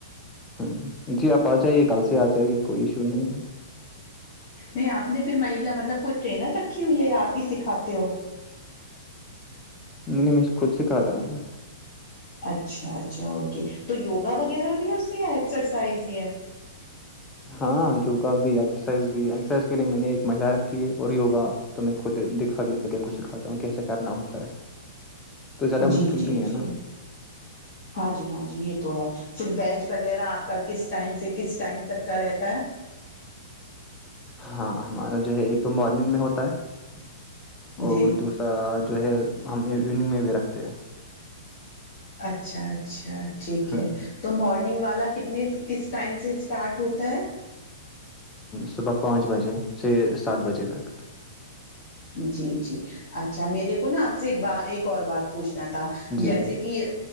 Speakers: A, on the left; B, on the left.
A: ہوں جی آپ آ جائیے کل سے آ جائیے کوئی ایشو نہیں ہے
B: نہیں آپ نے پھر مہیلا مطلب کوئی ٹرینر رکھی ہوئی ہے آپ ہی سکھاتے ہو
A: نہیں نہیں میں خود سے کہاتا ہوں
B: اچھا اچھا اوکے تو یوگا وغیرہ بھی ہے اس میں یا ایکسرسائز ہی ہے
A: ہاں یوگا بھی ایکسرسائز بھی ایکسرسائز کے لیے میں نے ایک مہیلا رکھی ہے اور یوگا تو میں خود دکھا گ ان کو سکھاتا ہوں کیسا کرنا ہوتا ہے تو زیادہ مشکل
B: جی جی
A: نہیں ہے
B: جی
A: نا
B: ہاں جی ہاں جی یہ تو ہے پھر بیچ وغیرہ آپ کا کس ٹائم سے کس ٹائم تک کا رہتا ہے
A: ہاں ہمارا جو ہے ایک تو مارننگ میں ہوتا ہے اور
B: جی
A: دوس را جو ہے ہم ایوننگ میں بھی رکھتے ہیں
B: اچھا اچھا ٹھیک
A: ہم،
B: ہے تو مارننگ والا کتنے کس ٹائم سے اسٹارٹ ہوتا ہے
A: صبح پانچ بجے سے سات بجے تک
B: جی جی اچھا میرے کو نا آپ سے ایک ب ایک اور بات پوچھنا تھا
A: جی
B: جیسے
A: جی
B: کہ